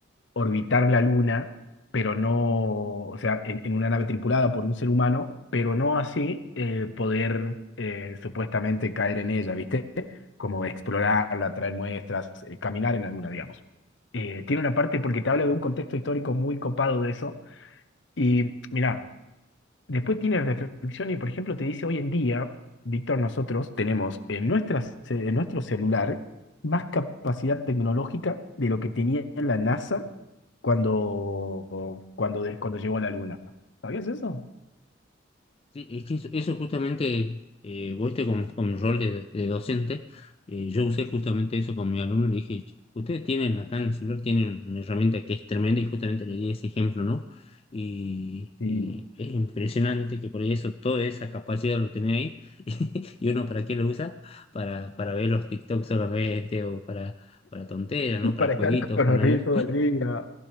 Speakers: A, on the left (about 65°); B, on the left (about 30°).
A: orbitar la Luna, pero no, o sea, en, en una nave tripulada por un ser humano, pero no así eh, poder eh, supuestamente caer en ella, ¿viste? Como explorarla, traer muestras, eh, caminar en la Luna, digamos. Eh, tiene una parte porque te habla de un contexto histórico muy copado de eso. Y mira, Después tiene reflexión y, por ejemplo, te dice hoy en día, Víctor, nosotros tenemos en, nuestras, en nuestro celular más capacidad tecnológica de lo que tenía la NASA cuando, cuando, des- cuando llegó a la Luna. ¿Sabías eso?
B: Sí, es que eso, eso justamente, eh, vos este con, con mi rol de, de docente, eh, yo usé justamente eso con mi alumno, le dije, ustedes tienen acá en el celular, tienen una herramienta que es tremenda y justamente le di ese ejemplo, ¿no? Y,
A: Sí,
B: y es impresionante que por ahí eso, toda esa capacidad lo tenés ahí <laughs> y uno para qué lo usa, para, para ver los TikToks solamente o para, para tonteras, ¿no? Para
A: Para
B: jueguitos,
A: estar corriendo
B: ponerle.
A: todo el día.